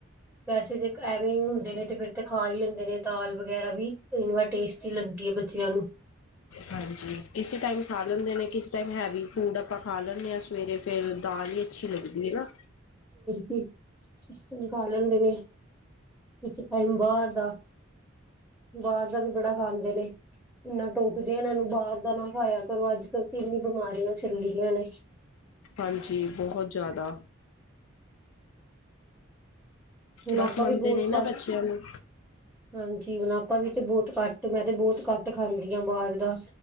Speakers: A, in the centre; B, on the left.
A: ਵੈਸੇ ਜੇ ਐਵੇਂ ਹੁੰਦੇ ਨੇ ਤੇ ਫਿਰ ਤੇ ਖਾ ਹੀ ਲੈਂਦੇ ਨੇ ਦਾਲ ਵਗੈਰਾ ਵੀ ਇੰਵ ਟੇਸਟੀ ਲੱਗਦੀ ਹੈ ਬੱਚਿਆਂ ਨੂੰ
B: ਹਾਂਜੀ ਕਿਸੇ ਟਾਈਮ ਖਾ ਲੈਂਦੇ ਨੇ ਕਿਸ ਟਾਈਮ ਹੈਵੀ ਫੂਡ ਆਪਾਂ ਖਾ ਲੈਂਨੇ ਆ ਸਵੇਰੇ ਫੇਰ ਦਾਲ ਇ ਅੱਛੀ ਲੱਗਦੀ ਹੈ ਨਾ
A: ਕਿਸ ਟਾਈਮ ਖਾ ਲੈਂਦੇ ਨੇ ਕਿਸੀ ਟਾਈਮ ਬਾਹਰ ਦਾ ਬਾਹਰ ਦਾ ਵੀ ਬੜਾ ਖਾਂਦੇ ਨੇ ਇੰਨਾ ਟੋਕਦੇ ਆ ਇਹਨਾਂ ਨੂੰ ਬਾਹਰ ਦਾ ਨਾ ਖਾਇਆ ਕਰੋ ਅੱਜ ਕੱਲ ਤੇ ਏਨੀ ਬਿਮਾਰੀਆਂ ਚੱਲੀਆਂ ਨੇ
B: ਹਾਂਜੀ ਬਹੁਤ ਜ਼ਿਆਦਾ
A: ਹੁਣ
B: ਬਸ
A: ਆਪਾ
B: ਮੰਨਦੇ
A: ਵੀ ਬਹੁਤ
B: ਨੇ ਨਾ
A: ਘੱਟ,
B: ਬੱਚਿਆਂ ਨੂੰ
A: ਹਾਂਜੀ! ਹੁਣ ਆਪਾ ਵੀ ਤੇ ਬਹੁਤ ਘੱਟ ਮੈਂ ਤੇ ਬਹੁਤ ਘੱਟ ਖਾਂਦੀ। ਬਾਹਰ ਦਾ